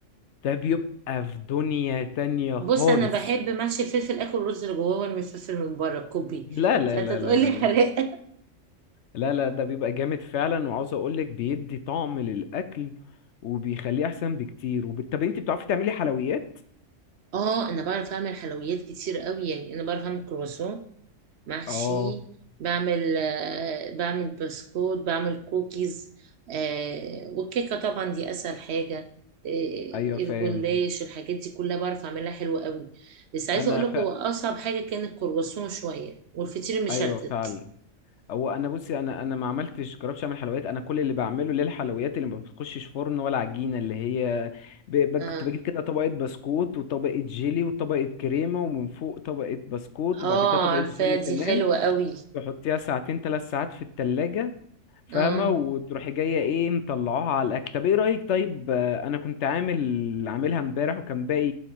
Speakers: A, on the left (about 65°); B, on the right (about 60°).
A: ده بيبقى في دنيا تانية
B: بص
A: خالص
B: انا بحب محشي الفلفل اكل الرز اللي جواه من الفلفل من بره كوبي
A: لا لا
B: فانت
A: لا
B: تقول
A: لا لا
B: لي حراق
A: لا لا ده بيبقى جامد فعلا وعاوز اقولك بيدي طعم للأكل وبيخليه احسن بكتير وب... طب انت بتعرفي تعملي حلويات
B: اه انا بعرف اعمل حلويات كتير قوي يعني انا بعرف اعمل كرواسون محشي
A: اه
B: بعمل آه، بعمل بسكوت بعمل كوكيز آه والكيكه طبعا دي اسهل حاجه آه
A: ايوه فاهم
B: الجلاش الحاجات دي كلها بعرف اعملها حلوه قوي بس عايزه
A: انا
B: اقول لك
A: ف...
B: هو اصعب حاجه كان الكرواسون شويه والفطير المشلتت
A: ايوه فعلا هو انا بصي انا انا ما عملتش جربتش اعمل حلويات انا كل اللي بعمله للحلويات اللي ما بتخشش فرن ولا عجينه اللي هي ب... ب...
B: اه
A: كنت بجيب كده طبقه بسكوت وطبقه جيلي وطبقه كريمه ومن فوق طبقه بسكوت
B: اه
A: وبعد كده طبقه
B: عارفاه
A: جيلي كمان
B: دي حلوه قوي
A: تحطيها ساعتين ثلاث ساعات في التلاجة فاهمه
B: اه
A: وتروحي جايه ايه مطلعوها على الاكل طب ايه رايك طيب آه، انا كنت عامل عاملها امبارح وكان باقي